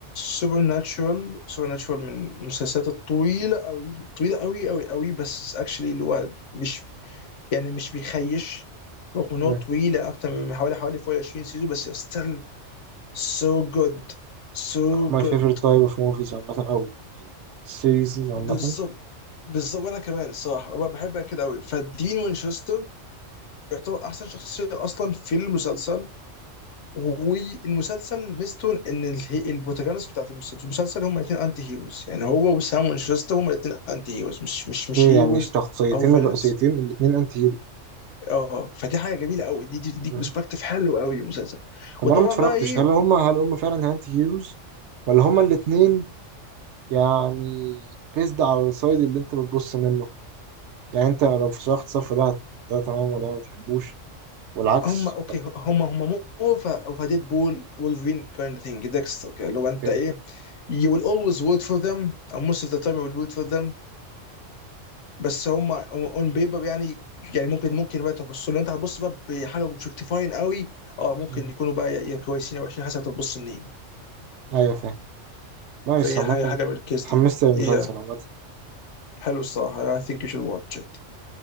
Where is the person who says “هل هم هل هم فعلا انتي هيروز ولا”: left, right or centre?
Right